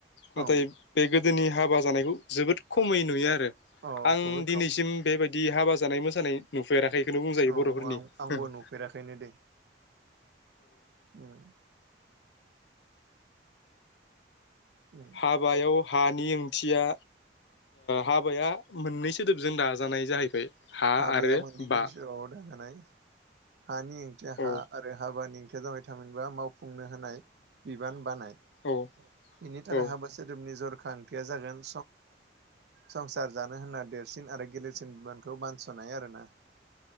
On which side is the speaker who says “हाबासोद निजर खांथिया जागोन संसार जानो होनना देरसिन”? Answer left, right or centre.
Right